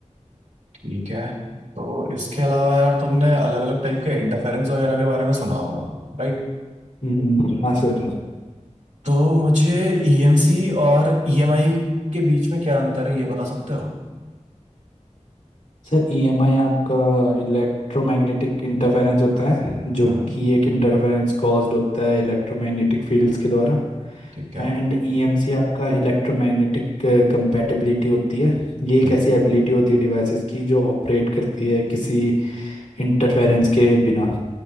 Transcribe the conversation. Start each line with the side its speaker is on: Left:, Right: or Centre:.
Right: ठीक है तो इसके अलावा यार तुमने अलग अलग टाइप के इंटरफेरेंस वगैरह के बारे में सुना होगा राइट
Left: हम्म, हाँ सर
Right: तो मुझे ईएमसी और ईएमआई के बीच में क्या अंतर है ये बता सकते हो
Left: सर ईएमआई आपका इलेक्ट्रोमैग्नेटिक इंटरफेरेंस होता है जो
Right: हम्म,
Left: कि एक इंटरफेरेंस कॉज्ड होता है इलेक्ट्रोमैग्नेटिक फील्ड्स के द्वारा
Right: ठीक है
Left: एंड ईएमसी आपका इलेक्ट्रोमैग्नेटिक कंपैटिबिलिटी होती है ये एक
Right: हम्म,
Left: ऐसी एबिलिटी होती है डिवाइसेस की जो ऑपरेट करती है किसी इंटरफेरेंस के बिना